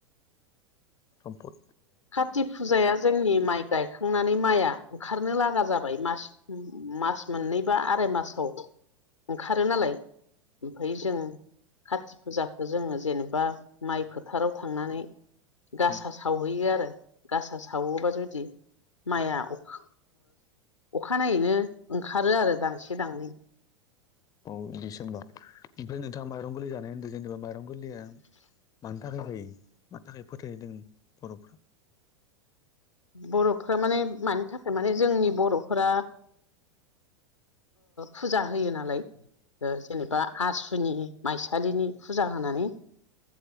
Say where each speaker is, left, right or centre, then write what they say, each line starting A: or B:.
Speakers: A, on the left (about 25°); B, on the left (about 85°).
A: समपद
B: कात फुजाया जोंनि माइ गायखांनानै माइआ ओंखारनो लागा जाबाय मासे मास मोननै बा आराइ मासाव ओंखारो नालाय ओमफफ्राय जों कति फुजाखौ जोङो जेनेबा माइ फोथाराव थांनानै गासा
A: औ
B: सावहैयो आरो गासा सावोबा जुदि माइआखा अखानायनायैनो ओंखारो आरो दांसे दांनै
A: औ डिसेम्बर ओमफ्राय नोंथाङा माइरं गोरै जानाय होन्दों जेनेबा माइरं गोरलया मानि थाखाय फै मानि थाखाय फोथायैदों बर'फ्रा
B: बर'फोरा माने मानि थाखाय माने जोंनि बर'फोरा फुजा होयो नालाय जेनेबा आसुनि माइसालिनि फुजा होनानै